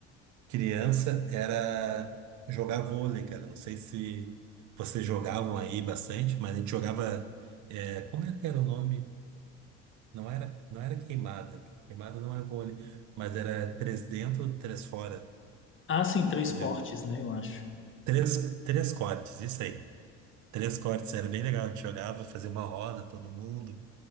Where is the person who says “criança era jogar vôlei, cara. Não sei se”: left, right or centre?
Right